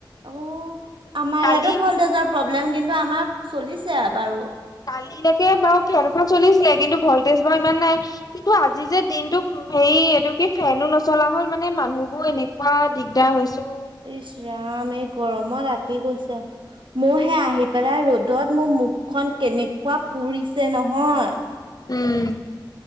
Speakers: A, on the right; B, on the left.
A: অ' আমাৰ
B: কালি
A: ইয়াতো ভল্টেজৰ প্ৰব্লেম কিন্তু আমাৰ চলিছে বাৰু।
B: কালিলৈকে বাৰু ফেনখন চলিছিল। কিন্তু ভল্টেজ ইমান নাই কিন্তু আজি যে দিনটো হেই এইটো কি ফেনো নচলা হ'ল মানে মানুহবোৰ এনেকুৱা দিগদাৰ হৈছে।
A: ইছ ৰাম এই গৰমত ৰাতি গৈছে মোৰ সেই আহি পেলাই ৰ'দ। ৰ'দত মোৰ মুখখন কেনেকুৱা পুৰিছে নহয়।
B: উম।